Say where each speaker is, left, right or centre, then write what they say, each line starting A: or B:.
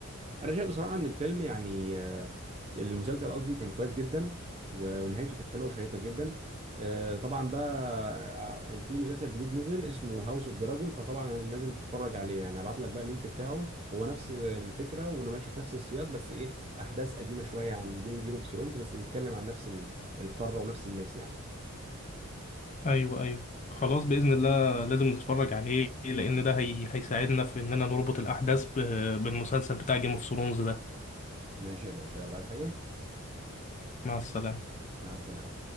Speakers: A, on the right; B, on the left.
A: انا شايف بصراحه ان الفيلم يعني آه، المسلسل قصدي كان كويس جدا و- ونهايته كانت حلوه وشيقه جدا آه، طبعا بقى آه، في مسلسل جديد نزل اسمه هاوس اوف دراجون فطبعا لازم تتفرج عليه يعني هبعت لك بقى اللينك بتاعه هو نفس الفكره وانا ماشي في نفس السياق بس ايه احداث قديمه شويه عن جيم جيم اوف ثرونز بس بيتكلم عن نفس ال- القاره ونفس الناس يعني
B: ايوه ايوه خلاص بإذن الله لازم نتفرج عليه لأن ده هي... هيساعدنا في إننا نربط الأحداث ب... بالمسلسل بتاع جيم اوف ثرونز ده
A: ماشي يا باشا يلا عايز حاجه
B: مع السلامة
A: مع السلامه